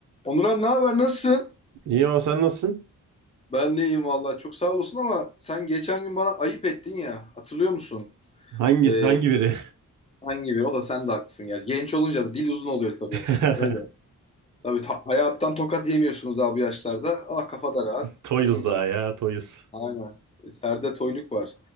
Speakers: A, on the left (about 20°); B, on the right (about 70°).
A: Onuran ne haber nasılsın?
B: İyi o sen nasılsın?
A: Ben de iyiyim vallahi çok sağ olasın ama sen geçen gün bana ayıp ettin ya hatırlıyor musun?
B: Hangisi
A: Ee,
B: hangi biri?
A: hangi bir o da sen de haklısın gerçi. Genç olunca dil uzun oluyor tabii.
B: <laughs>
A: Öyle. Tabii ta- hayattan tokat yemiyorsunuz abi bu yaşlarda. Ah kafa da rahat.
B: Toyuz
A: Ne güzel.
B: daha ya Toyuz.
A: Aynen. Serde toyluk var.